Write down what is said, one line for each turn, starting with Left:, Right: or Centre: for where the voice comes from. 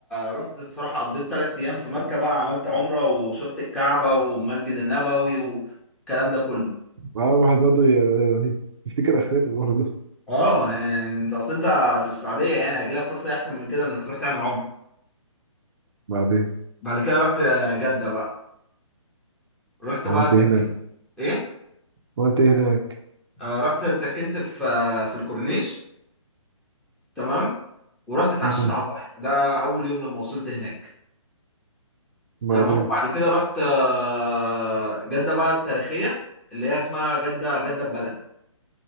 Centre: رحت الصراحة قضيت تلات أيام في مكة بقى عملت عمرة وشفت الكعبة والمسجد النبوي والكلام ده كله
Right: اه واحد برضه ي- يفتكر اخرته برضه
Centre: اه يعني انت اصل انت في السعودية يعني هيجيلك فرصة احسن من كده انك تروح تعمل عمرة
Right: بعدين
Centre: بعد كده رحت جدة بقى رحت
Right: عملت
Centre: بقى اتسكنت
Right: ايه هناك
Centre: ايه
Right: عملت ايه هناك
Centre: آه رحت اتسكنت في في الكورنيش تمام ورحت اتعشيت
Right: مم.
Centre: على البحر ده اول يوم لما وصلت هناك
Right: بعدين
Centre: تمام وبعد كده رحت آه، جدة بقى التاريخية اللي هي اسمها جدة جدة بلد